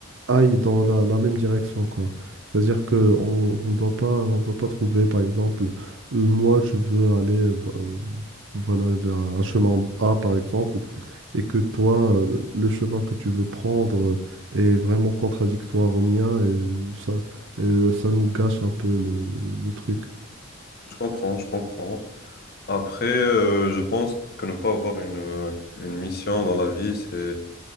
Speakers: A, on the right; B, on the left.
A: aille dans la, la même direction, quoi. C'est-à-dire que on, on doit pas, on doit pas trouver, par exemple, euh, moi, je veux aller, euh, voilà, vers un chemin A, par exemple, et que toi, euh, le chemin que tu veux prendre est vraiment contradictoire au mien, et ça, euh, ça nous gâche un peu le, le- le truc.
B: Je comprends, je comprends. Après, euh, je pense que ne pas avoir une, une mission dans la vie, c'est